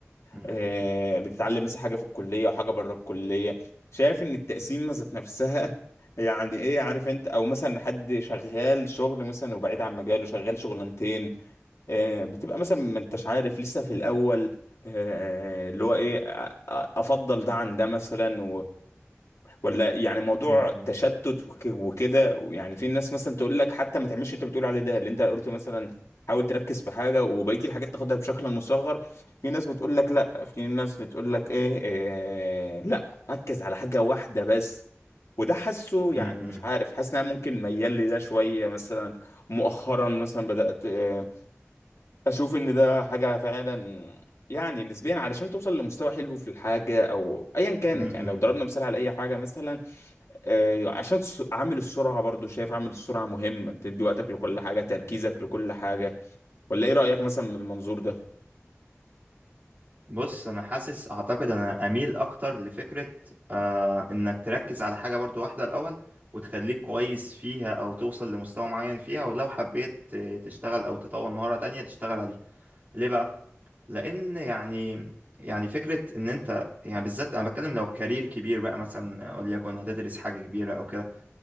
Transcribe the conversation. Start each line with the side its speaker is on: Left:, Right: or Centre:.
Right: مم.
Left: آه، بتتعلم مثلا حاجة في الكلية وحاجة بره الكلية شايف ان التقسيم ذات نفسها <laughs> يعني ايه عارف انت او مثلا حد شغال شغل مثلا وبعيد عن مجاله شغال شغلانتين آه، بتبقى مثلا ما انتش عارف لسه في الاول آه، اللي هو ايه أ- أ- افضل ده عن ده مثلا ولا يعني موضوع
Right: مم.
Left: تشتت وك- وكده يعني في ناس مثلا تقول لك حتى ما تعملش اللي انت بتقول عليه ده اللي انت قلت مثلا حاول تركز في حاجه وبقيه الحاجات تاخدها بشكل مصغر في ناس بتقول لك لا في ناس بتقول لك ايه, إيه لا ركز على حاجه واحده بس وده حاسه يعني
Right: مم.
Left: مش عارف حاسس ان انا ممكن ميال لي ده شويه مثلا مؤخرا مثلا بدات آه، اشوف ان ده حاجه فعلا يعني نسبيا علشان توصل لمستوى حلو في الحاجه او ايا كانت
Right: مم. مم.
Left: يعني لو ضربنا
Right: مم.
Left: مثال على اي حاجه مثلا آه، عشان الس- عامل السرعة برضو شايف عامل السرعة مهم تدي وقتك لكل حاجة تركيزك لكل حاجة ولا ايه رأيك مثلا من المنظور ده
Right: بص انا حاسس اعتقد انا اميل اكتر لفكرة آه انك تركز على حاجة برضو واحدة الاول وتخليك كويس فيها او توصل لمستوى معين فيها ولو حبيت آه، تشتغل او تطور مهارة تانية تشتغل عليها ليه بقى لان يعني يعني فكره ان انت يعني بالذات انا بتكلم لو كارير كبير بقى مثلا آه، وليكن هتدرس حاجه كبيره او كده